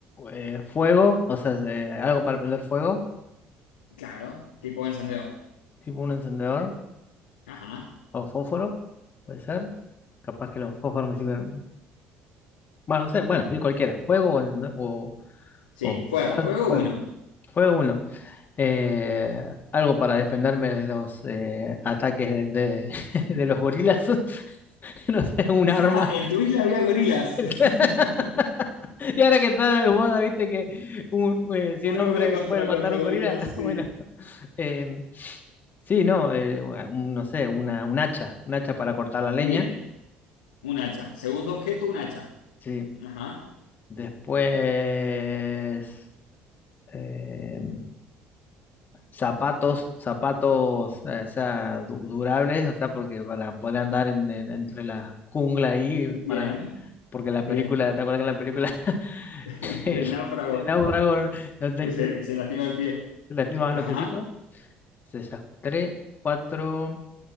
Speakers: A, on the left; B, on the left.
A: Eh, fuego, o sea, de- algo para prender fuego,
B: Claro, tipo encendedor.
A: tipo un encendedor
B: Ajá.
A: o fósforo, puede ser. Capaz que los fósforos me sirven. Bueno, no sé, bueno, sí, cualquiera. Fuego o, encende- o,
B: Sí,
A: o
B: fuego,
A: algo,
B: fuego
A: fuego.
B: uno.
A: Fuego uno. Eh, algo para defenderme de los eh, ataques de, de- <laughs> de los gorilas. <laughs> No sé, un arma.
B: Ah, en tu isla había gorilas.
A: <laughs>
B: <laughs>
A: <laughs> Y ahora que está de moda, viste que un, eh, 100
B: Un
A: hombres
B: hombre contra,
A: pueden matar
B: contra
A: un
B: gorilas,
A: gorila. <laughs>
B: sí.
A: Bueno, eh, sí, no, eh, un- no sé, una, un hacha, un hacha para cortar la leña.
B: Bien, un hacha. Segundo objeto, un hacha.
A: Sí.
B: Ajá.
A: Después, eh, zapatos, zapatos, eh, o sea, du- durables, o sea, porque para poder andar en, en- entre la jungla ahí,
B: Bien,
A: para, porque
B: bien.
A: la película, ¿te acuerdas que en la película <laughs>
B: <laughs>
A: el,
B: Del náufrago
A: el náufrago no te,
B: que se,
A: se-
B: se lastima el pie.
A: se lastimaba
B: Ajá,
A: los piecitos? Se sacaré cuatro.